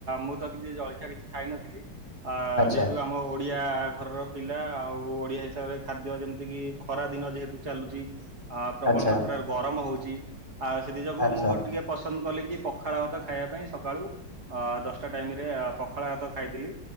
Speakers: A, on the right; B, on the left.
A: ମୁଁ ତ କିଛି ଜଳିଖିଆ କିଛି ଖାଇନଥିଲି। ଆ
B: ଆଚ୍ଛା
A: ଯେହେତୁ ଆମ ଓଡିଆ ଘରର ପିଲା ଆଉ ଓଡିଆ ହିସାବରେ ଖାଦ୍ୟ ଯେମିତି କିି ଖରା ଦିନ ଯେହେତୁ ଚାଲୁଛି ଆ ପ୍ରବଳ
B: ଆଚ୍ଛା
A: ମାତ୍ରାରେ ଗରମ ହଉଛି ଆ ସେଥିି ଯୋଗୁ
B: ଆଚ୍ଛା
A: ମୁଁ ଟିକେ ପସ କଲି କି ପଖାଳ ଭାତ ଖାଇବା ପାଇଁ ସକାଳୁ ଅ ଦଶଟା ଟାଇମ ରେ ପଖାଳ ଭାତ ଖାଇଥିଲି।